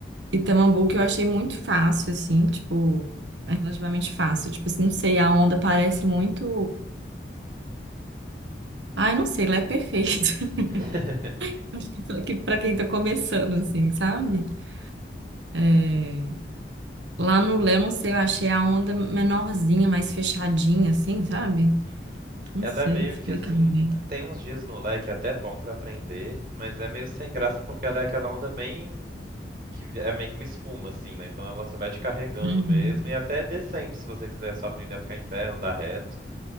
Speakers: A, on the right; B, on the right.
A: Itamambuca eu achei muito fácil, assim, tipo, é relativamente fácil. Tipo assim, não sei, a onda parece muito. Ai, não sei, lá é perfeito. <laughs>
B: <laughs>
A: Acho que pra que- pra quem tá começando, assim, sabe?
B: Uhum.
A: É, Lá no Léo, não sei, eu achei a onda menorzinha, mais fechadinha, assim, sabe?
B: Uhum.
A: Não
B: Ela
A: sei
B: é meio
A: explicar
B: que assim,
A: bem.
B: tem uns dias no Lé que é até bom pra aprender, mas é meio sem graça porque ela é aquela onda bem que é meio que uma espuma assim, né? Então ela só vai te carregando
A: Uhum,
B: mesmo e até é decente se você quiser só aprender a ficar em pé, andar reto.